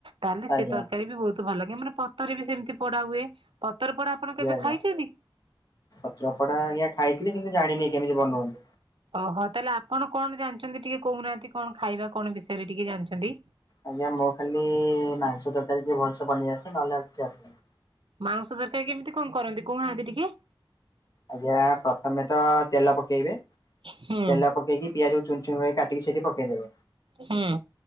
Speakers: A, on the right; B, on the left.
A: ତାହେଲେ ସେ
B: ଆଜ୍ଞା
A: ତରକାରୀ
B: ଆଜ୍ଞା
A: ବି ବହୁତ ଭଲ। କି ମାନେ ପତର ରେ ବି ସେମତି ସେ ପୋଡା ହୁଏ। ପତର ପୋଡା ଆପଣ କେବେ
B: ଆଜ୍ଞା
A: ଖାଇଛନ୍ତି?
B: ପତ୍ରପୋଡା ଆଜ୍ଞା ଖଇଥିଲି କିନ୍ତୁ ଜାଣିନି କେମିତି ବନନ୍ତି।
A: ଓହୋ, ତାହେଲେ ଆପଣ କଣ ଜାଣିଛନ୍ତି ଟିକେ କହୁନାହାନ୍ତି କଣ ଖାଇବା କଣ ବିଷୟରେ ଟିକେ ଜାଣିଛନ୍ତି?
B: ଆଜ୍ଞା ମଁ ଖାଲି ମାଂସ ତରକାରୀ ଟିକେ ଭଲସେ ବନେଇ ଆସେ ନହେଲେ ଆଉ କିଛି ଆସେନି।
A: ମାଂସ ତରକାରୀ କେମିତି କଣ କରନ୍ତି କହୁନାହାନ୍ତି ଟିକେ?
B: ଆଜ୍ଞା ପ୍ରଥମେ ତ ତେଲ ପକେଇବେ।
A: ହୁଁ
B: ତେଲ ପକେଇକି ପିଆଜକୁ ଚୁନ ଚୁନ କରି କାଟିକି ସେଠି ପକେଇଦେବେ।
A: ହଁ।